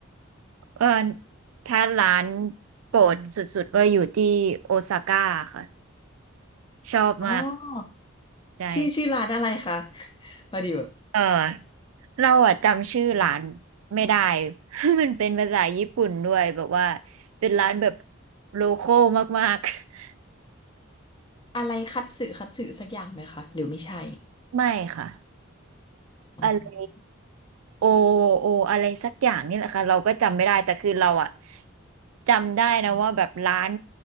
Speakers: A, on the right; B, on the left.
A: เออถ้าร้านโปรดสุดๆก็อยู่ที่โอซาก้าค่ะชอบมาก
B: อ๋อ
A: ใช่
B: ชื่อชื่อร้านอะไรคะพอดีแบบ
A: เออเราอะจำชื่อร้านไม่ได้ <laughs> มันเป็นภาษาญี่ปุ่นด้วยแบบว่าเป็นร้านแบบโลคอลมากๆ
B: อะไรคัตสึคัตสึสักอย่างไหมคะหรือไม่ใช่
A: <laughs> ไม่ค่ะ
B: อืม
A: อะไรโอโออะไรสักอย่างนี่แหละค่ะเราก็จำไม่ได้แต่คือเราอะจำได้นะว่าแบบร้าน